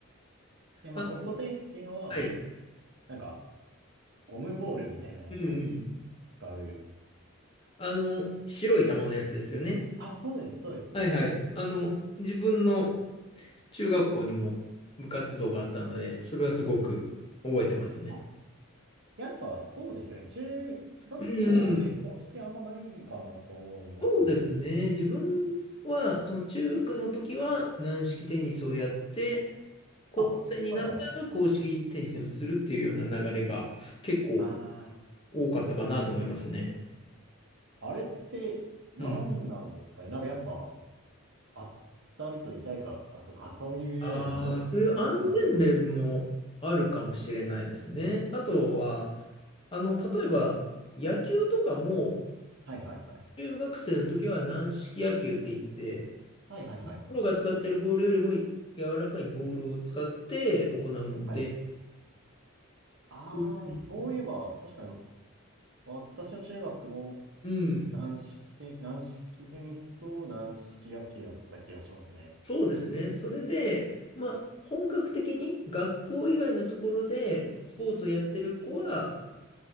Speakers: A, on the right; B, on the left.
A: で、まあソフトテニスっていうのは、
B: あの、はい。
A: なんか、ゴムボールみたいなやつを
B: うんうん。
A: 使う。
B: あの、白い球のやつですよね。
A: あ、そうです、そうです。
B: はいはい。あの、自分の中学校にも部活動があったので、それはすごく覚えてますね。
A: あ、やっぱそうですよね。中学校で公式あんまないかなと思いますね。
B: うんうん。そうですね。自分は、その中学の時は軟式テニスをやって、高校生になったら硬式テニスに移るっていうような流れが結構
A: あ、はいはい。あ
B: 多かったかなと思いますね。
A: ああれって何なんですかね。
B: うん。
A: なんかやっぱ当たると痛いからとか、<laughs> そういうレベルの
B: ああ、
A: <laughs>
B: そういう安全面もあるかもしれないですね。
A: 話なのか。
B: あとは、あの、例えば野球とかも、
A: はいはいはい。
B: 中学生の時は軟式野球って言って、
A: はいはいはい。
B: プロが使ってるボールよりも柔らかいボールを使って行うので、
A: はい。ああ、
B: うん、
A: そういえば、確かに私の中学も
B: うん
A: 軟式テ、軟式テニスと軟式野球だった気がしますね。
B: そうですね。それで、まあ、本格的に学校以外のところでスポーツをやってる子は、